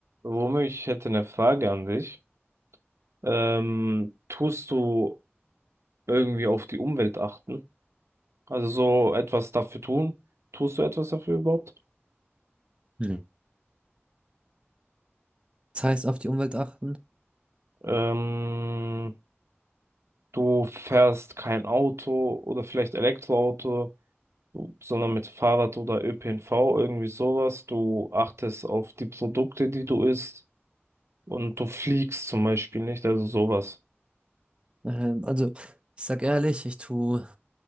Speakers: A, on the right (about 80°); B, on the right (about 25°).
A: Romeo, ich hätte eine Frage an dich. Ähm, tust du irgendwie auf die Umwelt achten? Also so etwas dafür tun? Tust du etwas dafür überhaupt?
B: Mhm. Das heißt, auf die Umwelt achten.
A: Ähm, du fährst kein Auto oder vielleicht Elektroauto, sondern mit Fahrrad oder ÖPNV, irgendwie sowas. Du achtest auf die Produkte, die du isst und du fliegst zum Beispiel nicht, also sowas.
B: Ähm, also, ich sag ehrlich, ich tue